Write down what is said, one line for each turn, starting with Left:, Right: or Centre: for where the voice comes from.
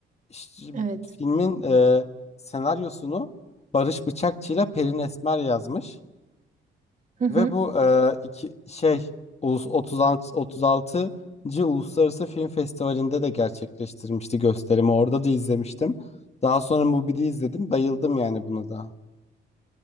Left: İşte
Right: Evet.
Left: filmin e, senaryosunu Barış Bıçakçı ile Pelin Esmer yazmış.
Right: Hı hı.
Left: Ve bu e, iki şey Ulus 36 36. Uluslararası Film Festivali'nde de gerçekleştirmişti gösterimi. Orada da izlemiştim. Daha sonra Mubi'de izledim. Bayıldım yani buna da.